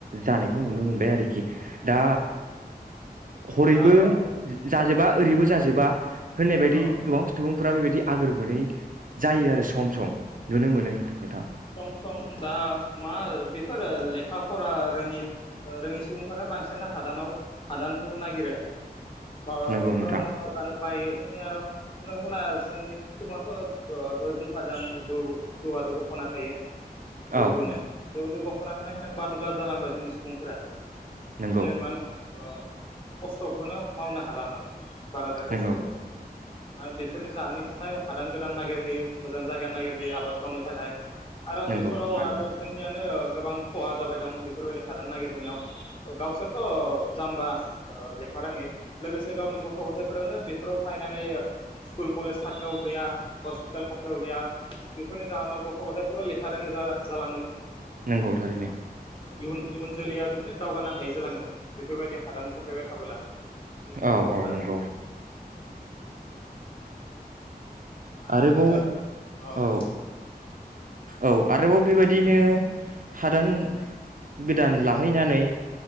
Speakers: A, on the right; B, on the left.
A: जानायखौ नुनो मोनबाय आरोखि दा। हरैबो
B: दाथ'
A: जाजोबा। ओरैबो जाजोबा। होननाय
B: औ
A: बायदि गोबां सुबुं फोरा बेबायदि आगोर मोनै जायो आरो सम स नुनो मोनो नोंथां।
B: सम सम दा मा बेफोरो लेखा फरा रोङि रोङि सुबुंफोरा बांसिनानो हादानाव हादानखौ नागिरो म
A: नंगौ
B: बेफोराव
A: नोंथां
B: मावना जानो बायो जोंनि आरो बुं हला जोंनि सुबाथ' दहाय बुंफादों आ जौ जौजों गोनां थायो जौदोनो
A: औ नोंथां
B: जौदो गफ ख'ना थानाय होन बादुला जालांबाय जोंनि सुबुंफोरा
A: नंगौ
B: एसे माने अ खस्थ'खौनो मावनो हाला माने बाराद्राय
A: नंगौ
B: खस्थखौ माने बेफोरनि जाहोननि थाखाय हादान गोदान नागिरहैयो मोजां जायगा नागिरहैयो आबाद मावनो थाखाय आरो
A: नंगौ
B: बेफोराव
A: थारैनो
B: आरो जोंनियानो गोबां खहा जाबाय दं बेफोरबायदि हादान नागिरहैनायाव गावसोरथ' जाम्बा ओ लेखा रोङै लोगोसे गावनि गथ' गथायफोरानो बेफोराव थाहैनानै स्कुल कलेज खाथियाव गैया हस्पिटाल खाथियाव गैया बेफोरनि जाहोनाव गथ' गथायफोरबो लेखा रोङि जा जालाङो
A: नंगौ थारैनो
B: इयुन इयुन जोलैया बिदिनो दावगानो हायै जालाङो बेफोरबायदि हादान सेफायबाय थाबोला जोंनि
A: औ
B: बर'फोरा
A: औ नंगौ
B: आरो
A: आरोबाव
B: जा अ
A: औ
B: नोंथां बुं
A: औ आरोबाव बेबायदिनो हादान गोदान लाहैनानै